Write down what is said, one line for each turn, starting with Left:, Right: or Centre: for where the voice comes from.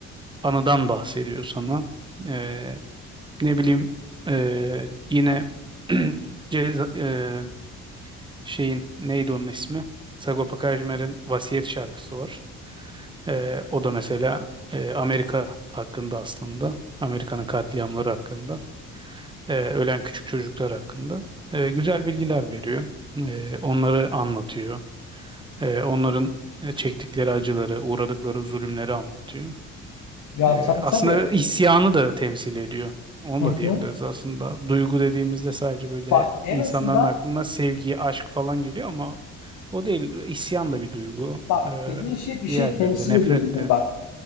Right: anıdan bahsediyor sana. Ee, ne bileyim e, yine <clears throat> Ceza, ee, şeyin neydi onun ismi? Sagopa Kajmer'in Vasiyet şarkısı var. Ee, o da mesela e, Amerika hakkında aslında. Amerika'nın katliamları hakkında. e, ölen küçük çocuklar hakkında. e, güzel bilgiler veriyor. E, onları anlatıyor. E, onların e, çektikleri acıları, uğradıkları zulümleri anlatıyor.
Left: Ya,
Right: Ee,
Left: tabii,
Right: aslında
Left: tabii.
Right: isyanı da temsil ediyor. Onu
Left: Hı
Right: da diyebiliriz
Left: hı.
Right: aslında. Duygu dediğimizde sadece böyle
Left: Bak, en
Right: insanların
Left: azından
Right: aklına sevgi, aşk falan geliyor ama o değil. İsyan da bir duygu.
Left: bak,
Right: Ee,
Left: dediğin şey bir şey
Right: diğerleri
Left: temsil
Right: de nefret
Left: ediyor dedim
Right: de.
Left: bak.